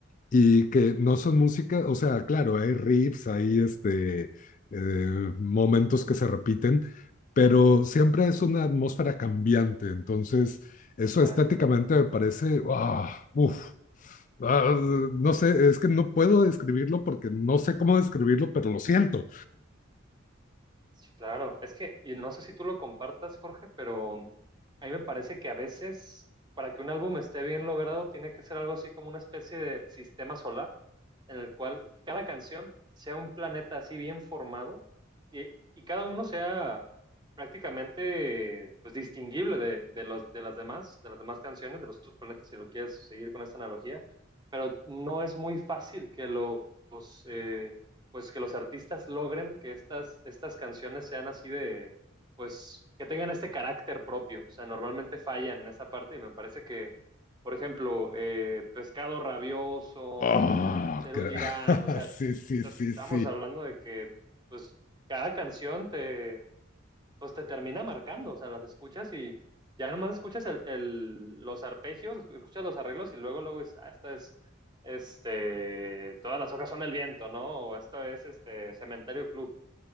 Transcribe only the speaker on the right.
Exacto.
Sí, claro. Es que, y no sé si tú lo compartas, Jorge, pero a mí me parece que a veces, para que un álbum esté bien logrado, tiene que ser algo así como una especie de sistema solar, en el cual cada canción sea un planeta así bien formado y, y cada uno sea prácticamente pues, distinguible de, de los, de las demás, de las demás canciones, de los otros planetas, si lo quieres seguir con esta analogía, pero no es muy fácil que los, eh, pues que los artistas logren que estas, estas canciones sean así de, pues, que tengan este carácter propio. O sea, normalmente fallan en esta parte y me parece que, por ejemplo, eh, Pescado Rabioso,
Cheru
Girán,
o sea,
estamos
hablando de que, pues, cada canción te, pues te termina marcando, o sea, las escuchas y ya nomás escuchas el, el- los arpegios, escuchas los arreglos y luego, luego dices, ah, esta es, este, todas las hojas son del viento, ¿no? O esto es, este, Cementerio Club.